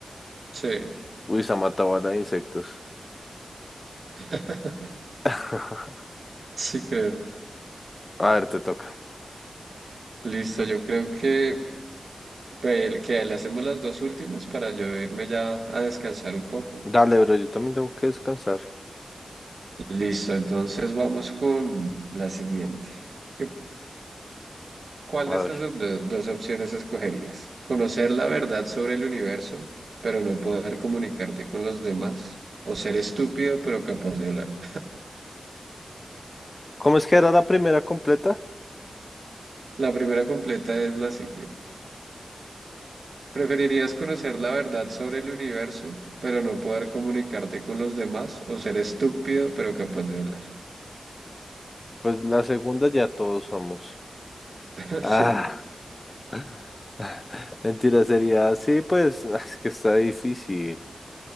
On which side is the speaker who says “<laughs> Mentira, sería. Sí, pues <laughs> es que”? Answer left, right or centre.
Left